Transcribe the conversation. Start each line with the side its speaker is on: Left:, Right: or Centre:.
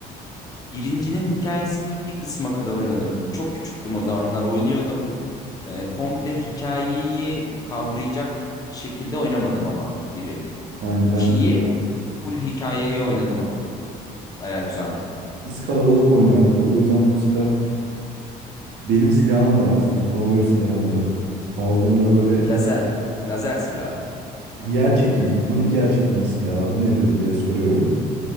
Left: birincinin hikayesini bir kısma kadar oynadım. Çok küçüktüm o zamanlar oynuyordum. E, komple hikayeyi kavrayacak şekilde oynamadım ama biri.
Right: Aynı
Left: ikiyi
Right: ben de.
Left: full hikayeyi oynadım ama. Bayağı güzeldi.
Right: Biz kalabalık oynardık. O yüzden bu silah benim silahım da aslında favori silahımdı. Aldığımda böyle
Left: Bu lazer, lazer silahı.
Right: yer çekimi, ikonik yer çekimi silahı adı nedir diye soruyorum.